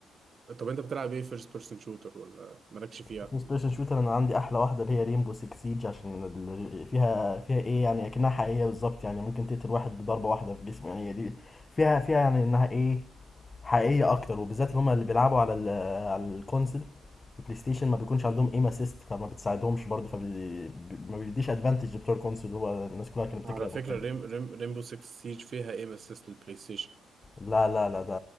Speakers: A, on the right (about 45°); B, on the left (about 25°).
A: طب انت بتلعب ايه فيرست بيرسون شوتر ولا مالكش فيها
B: في سبيشال شوتر انا عندي احلى واحدة اللي هي ريمبو 6 سيج عشان ال- فيها فيها ايه يعني اكنها حقيقية بالظبط يعني ممكن تقتل واحد بضربة واحدة في جسمه يعني هي دي فيها فيها يعني انها ايه حقيقية اكتر وبالذات اللي هم اللي بيلعبوا على ال على الكونسل البلاي ستيشن ما بيكونش عندهم ايم اسيست فما بتساعدهمش برضه فبي... بي- ما بيديش ادفانتج لبتوع الكونسول اللي هو الناس كلها كانت
A: على
B: بتكره الحاجات
A: فكره
B: دي
A: ريم ريم ريمبو 6 سيج فيها ايه من اسيست البلاي ستيشن
B: لا لا لا ده